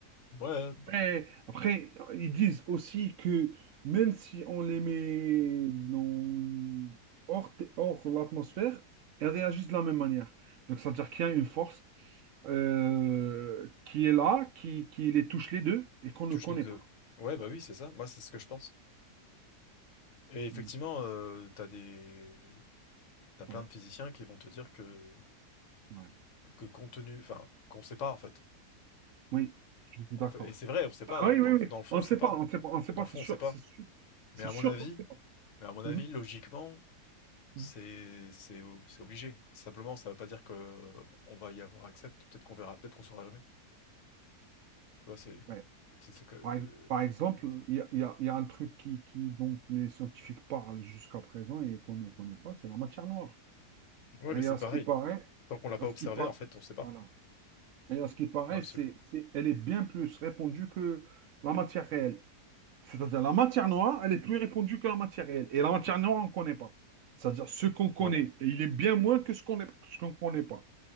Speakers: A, on the left (about 55°); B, on the right (about 75°).
A: ouais, bah,
B: Eh, après, ils disent aussi que même si on les met dans... hors, hors l'atmosphère, elles réagissent de la même manière. Donc, c'est-à-dire qu'il y a une force euh, qui est là, qui, qui les touche les deux et qu'on
A: il
B: ne
A: touche
B: connaît
A: les deux.
B: pas.
A: Ouais bah oui c'est ça. Moi c'est ce que je pense. Et effectivement
B: Mm.
A: euh, t'as des t'as plein
B: Ouais,
A: de physiciens qui vont te dire que
B: ouais.
A: que compte tenu enfin qu'on sait pas en fait.
B: Oui, je suis
A: En
B: d'accord.
A: fait et c'est vrai on sait pas
B: Ah
A: dans
B: oui,
A: le- dans
B: oui,
A: le,
B: oui.
A: dans le fond
B: On
A: on
B: ne
A: sait
B: sait
A: pas.
B: pas, on ne sait pas, on ne sait
A: Dans
B: pas,
A: le
B: c'est
A: fond
B: sûr,
A: on sait pas.
B: c'est sûr.
A: Mais
B: C'est
A: à
B: sûr
A: mon avis
B: qu'on ne sait pas.
A: mais à mon
B: Mhm.
A: avis logiquement
B: Mhm.
A: C'est c'est o- c'est obligé. Simplement, ça ne veut pas dire que euh, on va y avoir accès. Peut-être qu'on verra, peut-être qu'on saura jamais. Tu vois, c'est
B: Ouais.
A: c'est c'est que euh,
B: Par, ex- par exemple, il y a, il y a- il y a un truc qui, qui, dont les scientifiques parlent jusqu'à présent et qu'on ne connaît pas, c'est la matière noire.
A: ouais, mais
B: Et
A: c'est
B: à
A: pareil.
B: ce qui paraît,
A: Tant qu'on l'a pas
B: à ce
A: observé,
B: qui par-
A: en fait, on sait pas.
B: voilà. Et à ce qui paraît,
A: Dans l'absolu.
B: c'est, c'est- elle est bien plus répandue que la matière réelle. C'est-à-dire, la matière noire, elle est plus répandue que la matière réelle. Et la matière noire, on ne connaît pas. C'est-à-dire, ce qu'on connaît,
A: Ouais,
B: et il est bien moins que ce qu'on ne ce qu'on ne connaît pas.